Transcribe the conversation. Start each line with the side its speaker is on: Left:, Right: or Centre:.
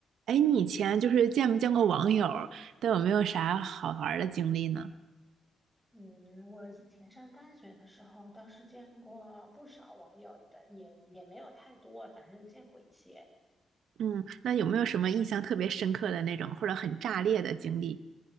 Right: 哎，你以前就是见没见过网友，都有没有啥好玩儿的经历呢？
Centre: 嗯，我以前上大学的时候倒是见过不少网友的，也也没有太多，反正就见过一些。
Right: 嗯，那有没有什么印象特别深刻的那种，或者很炸裂的经历？